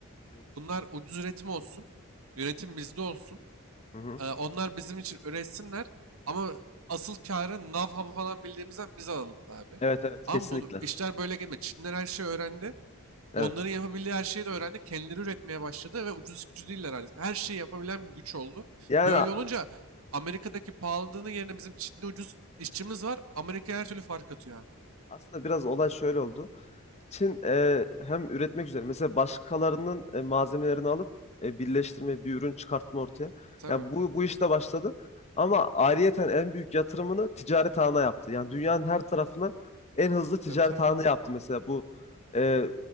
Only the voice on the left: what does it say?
e,
Hı hı.
Evet evet
kesinlikle.
Evet.
Yani
a-
aslında biraz olay şöyle oldu. Çin e, hem üretmek üzere mesela başkalarının e, malzemelerini alıp e, birleştirme bir ürün çıkartma ortaya.
Yani bu bu işte başladı. Ama ayrıyeten en büyük yatırımını ticaret ağına yaptı. Yani dünyanın her tarafına en hızlı ticaret
ağını yaptı mesela bu e,